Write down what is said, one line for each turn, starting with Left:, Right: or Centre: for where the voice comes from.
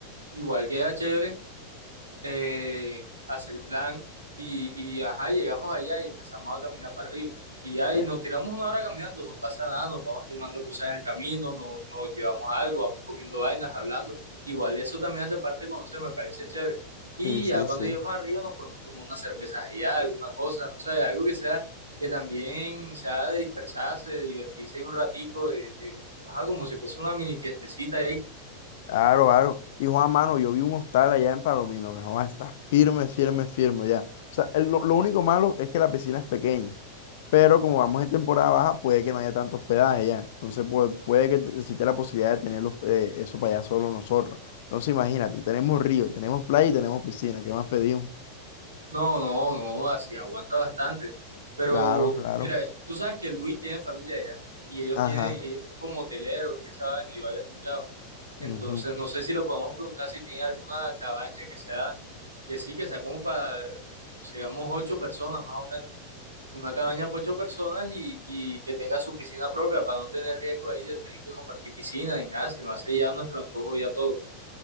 Right: Igual queda chévere. eh, hacer el plan y, y, ajá, llegamos allá y empezamos a caminar para arriba. Y ya,
Left: Eh,
Right: y nos tiramos una hora caminando, no pasa nada, nos vamos tomando cosas en el camino, nos, nos llevamos algo, vamos comiendo vainas, hablando. Igual eso también hace parte de conocer, me parece chévere. Y
Left: sí, sí,
Right: ya cuando
Left: sí.
Right: lleguemos arriba nos podemos tomar unas cervezas allá, alguna cosa, no sé, algo que sea, que también sea de dispersarse, de divertirse ahí un ratico, de, de- ajá, como si fuese una mini fiestecita ahí.
Left: Claro, claro. Y Juan Mano, yo vi un hostal allá en Palomino, que Juan, está firme, firme, firme ya. O sea, el- lo lo único malo es que la piscina es pequeña. pero como vamos en temporada baja, puede que no haya tanto hospedaje ya. Entonces, pues, puede que te- exista la posibilidad de tener los, eh, eso para allá solo nosotros. Entonces, imagínate, tenemos río, tenemos playa y tenemos piscina. ¿Qué más pedimos?
Right: No, no, no, así aguanta bastante. Pero,
Left: Claro, claro.
Right: mira, tú sabes que Luis tiene familia allá y ellos
Left: Ajá.
Right: tienen, ellos son como hoteleros y esa vaina, yo había escuchado. Entonces,
Left: ujú.
Right: no sé si lo podemos preguntar si tiene alguna cabaña que sea, que sí, que sea como para, seamos ocho personas más o menos. Una cabaña
Left: O-
Right: para ocho personas y, y que tenga su piscina propia para no tener riesgo ahí de tener que compartir piscina ni nada, sino hace ya nuestro antojo ya todo.